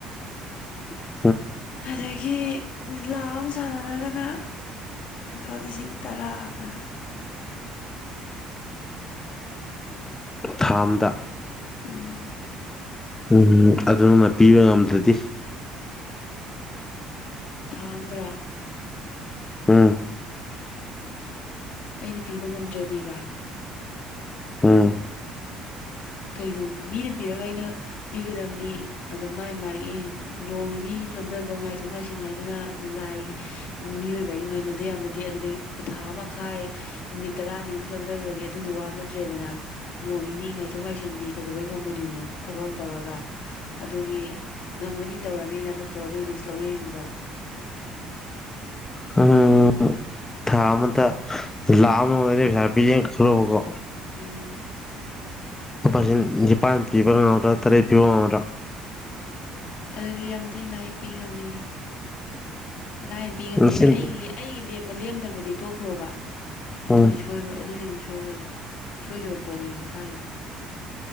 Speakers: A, on the left; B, on the left.
A: ꯎ
B: ꯑꯗꯒꯤ ꯂꯤꯂꯥ ꯑꯃ ꯁꯥꯟꯅꯔꯒꯅ ꯂꯨꯄꯥ ꯂꯤꯁꯤꯡ ꯇꯔꯥ ꯑꯗꯨ
A: ꯊꯥꯝꯗ
B: ꯎꯝ
A: ꯎꯝꯝ ꯑꯗꯨꯃ ꯄꯤꯕ ꯉꯝꯗ꯭ꯔꯗꯤ
B: ꯊꯥ ꯑꯝꯗ꯭ꯔꯥ
A: ꯎꯝ
B: ꯑꯩꯅ ꯄꯤꯕ ꯉꯝꯗ꯭ꯔꯗꯤꯕ
A: ꯎꯝ꯫
B: ꯀꯩꯅꯣ ꯃꯤꯅ ꯄꯤꯔꯒ ꯑꯩꯅ ꯄꯤꯒꯗꯝꯅꯤ ꯑꯗꯣ ꯃꯥꯏ ꯃꯥꯒꯤ ꯅꯣꯡ ꯅꯤꯅꯤ ꯆꯣꯟꯊꯕ ꯉꯥꯏꯊꯣꯛ ꯉꯥꯏꯁꯤꯟ ꯍꯥꯏꯗꯅ ꯂꯥꯏꯒꯤ ꯃꯤꯑꯣꯏꯕ ꯍꯥꯏꯖꯤ ꯉꯥꯏꯅꯗꯦ ꯌꯥꯕꯅꯠꯇꯦ ꯑꯗꯨꯗꯒꯤ ꯊꯥ ꯑꯃꯈꯥꯏ ꯅꯨꯃꯤꯠ ꯇꯔꯥꯅꯤ ꯑꯝ ꯆꯣꯟꯗꯒ꯭ꯔꯗꯤ ꯑꯗꯨꯅ ꯋꯥ ꯅꯠꯇ꯭ꯔꯦꯗꯅ ꯅꯣꯡ ꯅꯤꯅꯤ ꯉꯥꯏ ꯊꯣꯛ ꯉꯥꯏꯁꯤꯟꯗꯤ ꯀꯩꯗꯧꯕꯩ ꯉꯝꯃꯣꯏꯗꯣꯏꯅꯣ ꯊꯕꯛ ꯑꯝ ꯇꯧꯔꯒ꯫ ꯑꯗꯨꯒꯤ ꯉꯝꯃꯅꯤ ꯇꯧꯔꯅꯤꯅ ꯅꯠꯇ꯭ꯔꯣ ꯑꯗꯨꯏ ꯔꯤꯛ꯭ꯁ ꯂꯧꯅꯔꯤꯁꯤꯡꯗꯣ꯫
A: ꯎꯝ ꯊꯥ ꯑꯃꯇ ꯂꯥꯛ ꯑꯃ ꯃꯅꯦ ꯄꯩꯁꯥ ꯄꯤꯒꯦꯅ ꯈꯜꯂꯣꯕꯀꯣ
B: ꯎꯝ꯫
A: ꯂꯨꯄꯥꯁꯤꯡ ꯅꯤꯄꯥꯟ ꯄꯤꯕ ꯉꯝꯗ꯭ꯔꯥ ꯇꯔꯦꯠ ꯄꯤꯕ ꯉꯝꯃꯗ꯭ꯔꯥ꯫
B: ꯑꯗꯨꯗꯤ ꯌꯥꯝ ꯊꯤꯟ ꯂꯥꯏꯟ ꯄꯤ ꯉꯝꯅꯤ ꯂꯥꯏꯟ ꯄꯤ ꯉꯝꯅꯤꯗꯤ
A: ꯂꯤꯁꯤꯡ
B: ꯑꯩꯒꯤ ꯂꯦ ꯑꯩꯒꯤ ꯂꯦꯝꯕ ꯂꯦꯝꯗꯕꯗꯤ ꯇꯣꯛꯈ꯭ꯔꯣꯕ
A: ꯎꯝ
B: ꯑꯗꯨꯗꯤ ꯁꯣꯏꯔꯣ ꯑꯗꯨꯗꯤ ꯑꯗꯨꯝ ꯁꯣꯏꯔꯣꯏꯕ꯫ ꯁꯣꯏꯗꯕ ꯄꯣꯠꯅꯦꯕ ꯃꯁꯥꯒꯤ ꯑꯗꯨꯝ꯫